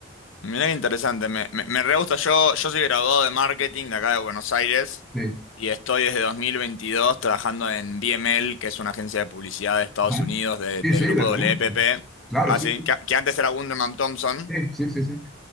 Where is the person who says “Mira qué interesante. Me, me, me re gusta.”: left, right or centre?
Left